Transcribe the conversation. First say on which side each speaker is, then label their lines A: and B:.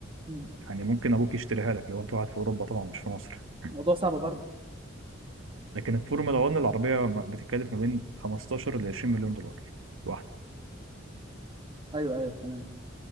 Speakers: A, on the right; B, on the right.
A: مم.
B: يعني ممكن ابوك يشتريها لك لو انت قاعد في اوروبا طبعا مش في مصر <laughs>
A: موضوع صعب برضه
B: لكن الفورمولا 1 العربيه ما- بتتكلف ما بين 15 ل 20 مليون دولار واحده
A: ايوه ايوه تمام